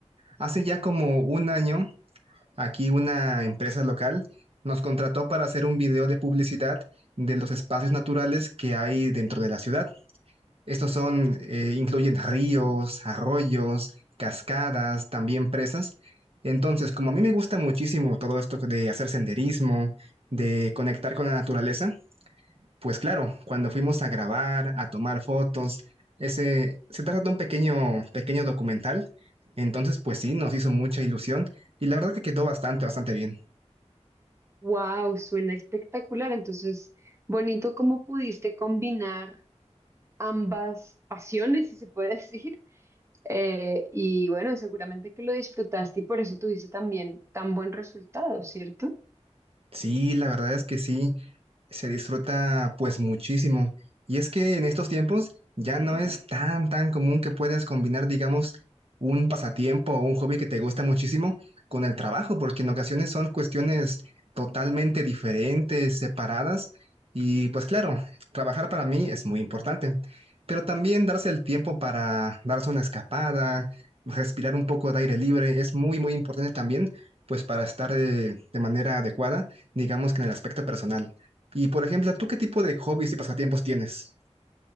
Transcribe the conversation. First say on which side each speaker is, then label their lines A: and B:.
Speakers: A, on the right; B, on the right.
A: Hace ya como un año Aquí una empresa local nos contrató para hacer un video de publicidad de los espacios naturales que hay dentro de la ciudad. Estos son, eh, incluyen ríos, arroyos, cascadas, también presas. Entonces, como a mí me gusta muchísimo todo esto de hacer senderismo, de conectar con la naturaleza, pues claro, cuando fuimos a grabar, a tomar fotos, ese, se trata de un pequeño, pequeño documental. Entonces, pues sí, nos hizo mucha ilusión y la verdad que quedó bastante, bastante bien.
B: Wow, suena espectacular. Entonces, bonito cómo pudiste combinar ambas pasiones, si se puede <laughs> decir. Eh, y bueno, seguramente que lo disfrutaste y por eso tuviste también tan buen resultado, ¿cierto?
A: Sí, la verdad es que sí se disfruta pues muchísimo. Y es que en estos tiempos ya no es tan, tan común que puedas combinar, digamos, un pasatiempo o un hobby que te gusta muchísimo con el trabajo, porque en ocasiones son cuestiones totalmente diferentes, separadas. Y pues claro, trabajar para mí es muy importante, pero también darse el tiempo para darse una escapada, respirar un poco de aire libre, es muy, muy importante también, pues para estar eh, de manera adecuada, digamos que en el aspecto personal. Y por ejemplo, ¿tú qué tipo de hobbies y pasatiempos tienes?